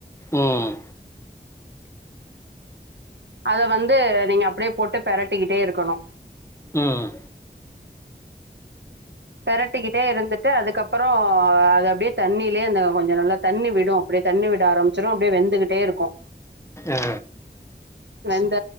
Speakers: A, on the left; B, on the right.
A: ம்
B: அத வந்து நீங்க அப்டியே போட்டு பெரட்டிக்கிட்டே இருக்கணு
A: ம்
B: பெரட்டிக்கிட்டே இருந்துட்டு அதுக்கு அப்பறொ அது அப்டியே தண்ணிலயே அந்த கொஞ்ச நல்ல தண்ணி விடு அப்டியே தண்ணி விட ஆரமிச்சிறு அப்டியே வெந்துக்கிட்டே இருக்கு
A: ஆ
B: வெந்த